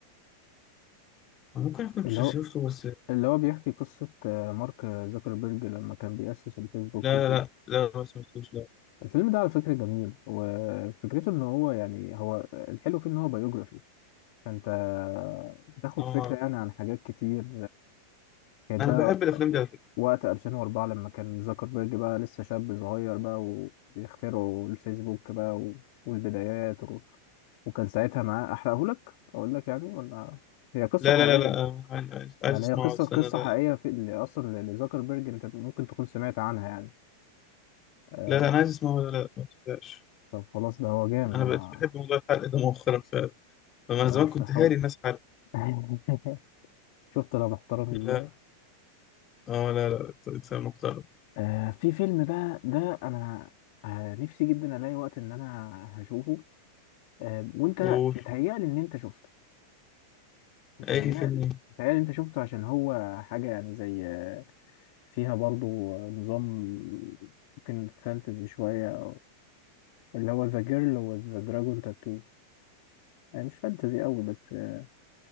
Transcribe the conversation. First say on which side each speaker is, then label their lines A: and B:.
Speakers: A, on the left; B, on the left.
A: أنا ممكن اكون
B: اللي
A: شفته
B: هو
A: بس لا
B: اللي هو بيحكي قصة آه، مارك زوكربيرج لما كان بيأسس الفيسبوك
A: لا
B: وكده
A: لا لا ما سمعتوش لا
B: الفيلم ده على فكرة جميل وفكرته ان هو يعني هو الحلو فيه ان هو بايوجرافي فانت بتاخد
A: اه
B: فكرة يعني عن حاجات كتير كانت
A: انا
B: بقى
A: بحب الافلام دي على فكره
B: وقت 2004 لما كان زوكربيرج بقى لسه شاب صغير بقى وبيخترعوا الفيسبوك بقى و- والبدايات و... وكان ساعتها معاه احرقهولك اقول لك يعني ولا هي قصة
A: لا
B: حقيقية
A: لا لا لا آه، عايز عايز عايز
B: يعني
A: اسمعه
B: هي قصة
A: بس
B: قصة
A: انا لا
B: حقيقية
A: لا
B: في اللي أصلا لزكربرج أنت ممكن تكون سمعت عنها يعني آه،
A: لا انا عايز اسمعه لا لا ما تصدقش
B: طب خلاص ده هو جامد
A: انا
B: أنا
A: بقيت بحب والله الحلقه ده مؤخرا فعلا فانا
B: أنا
A: زمان
B: مش
A: كنت
B: هحاول
A: هاري الناس حلقه
B: <laughs> شفت أنا محترم إزاي
A: لا اه لا لا اتس محترم
B: آه، في فيلم بقى ده أنا آه، نفسي جدا ألاقي وقت إن أنا هشوفه آه، وأنت
A: قول
B: بتهيألي إن أنت شفته بتهيألي
A: اي فيلم
B: بتهيألي أنت شفته عشان هو حاجة يعني زي آه، فيها برضو آه، نظام ممكن فانتزي شوية اللي هو ذا جيرل وذ ذا دراجون تاتو يعني مش فانتزي قوي بس آه، ما